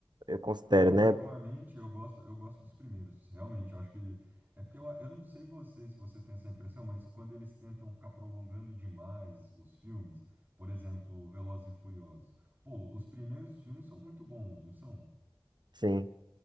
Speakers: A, on the right; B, on the right.
A: eu considero,
B: Sim, eu
A: né?
B: particularmente, eu gosto, eu gosto dos primeiros, realmente, eu acho que, é porque eu, eu não sei você, se você tem essa impressão, mas quando eles tentam ficar prolongando demais os filmes, por exemplo, Velozes e Furiosos, pô, os primeiros filmes são muito bons, não são?
A: Sim,